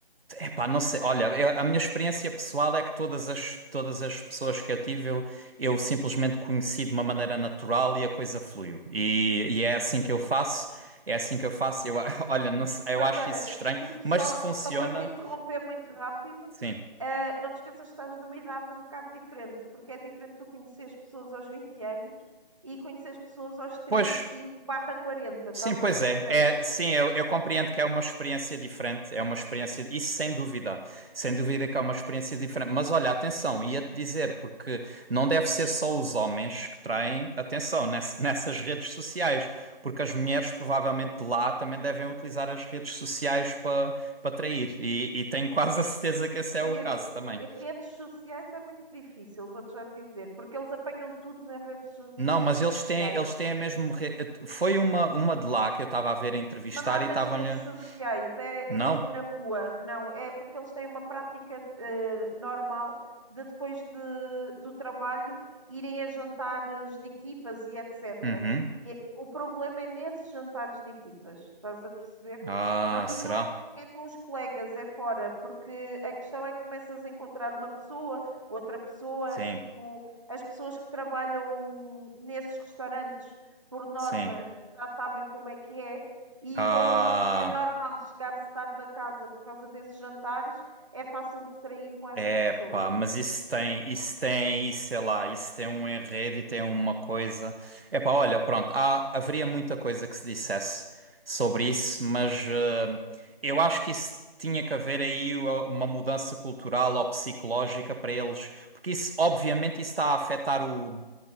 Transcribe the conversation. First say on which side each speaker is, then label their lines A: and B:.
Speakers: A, on the right; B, on the right.
A: Epá, não sei. Olha, eu- a minha experiência pessoal é que todas as todas as pessoas que eu tive, eu, eu simplesmente conheci de uma maneira natural e a coisa fluiu. E, e é assim que eu faço. É assim que eu faço. Eu, <laughs> olha, não sei,
B: Mas
A: eu acho
B: olha,
A: isso estranho,
B: tipo, só,
A: mas se funciona,
B: só para te interromper muito rápido,
A: sim.
B: eh, não te esqueças que estás numa idade um bocado diferente, porque é diferente tu conheceres pessoas aos 20 anos e conheceres pessoas aos trinta
A: Pois,
B: e cinco barra quarenta
A: sim,
B: estás
A: pois
B: a perceber?
A: é. É, sim, eu, eu compreendo que é uma experiência diferente, é uma experiência, isso sem dúvida. Sem dúvida que é uma experiência diferente, mas olha, atenção, ia-te dizer porque não deve ser só os homens que traem atenção ness- nessas redes sociais, porque as mulheres provavelmente de lá também devem utilizar as redes sociais para para trair e, e tenho quase a certeza que esse é
B: Yuri,
A: o caso também.
B: redes sociais é muito difícil, vou-te já dizer, porque eles apanham tudo na rede so-
A: Não,
B: nas
A: mas
B: redes
A: eles
B: sociais
A: têm, eles têm a mesma. re- Foi uma, uma de lá que eu estava a ver a entrevistar
B: mas não é
A: e
B: nas
A: estavam-lhe.
B: redes sociais, é,
A: Não.
B: é mesmo na rua, não, é porque eles têm uma prática eh, normal de depois de- do trabalho irem a jantares de equipas e etc.
A: Uhum.
B: E é- o problema é nesses jantares de equipas, estás a perceber?
A: Ah,
B: Não- e
A: será?
B: não é, é com os colegas, é fora, porque a questão é que começas a encontrar uma pessoa, outra pessoa,
A: Sim,
B: tipo, as pessoas que trabalham nesses restaurantes, por norma,
A: sim.
B: já sabem como é que é e
A: Ah,
B: como é normal chegar-se tarde a casa por causa desses jantares, é fácil distrair com essas
A: é
B: pessoas.
A: pá, mas isso tem, isso tem, isso sei lá, isso tem um enredo e tem uma coisa. É pá, olha, pronto, há, haveria muita coisa que se dissesse sobre isso, mas eh, eu acho que isso tinha que haver aí uma uma mudança cultural ou psicológica para eles, porque isso, obviamente, isso está a afetar o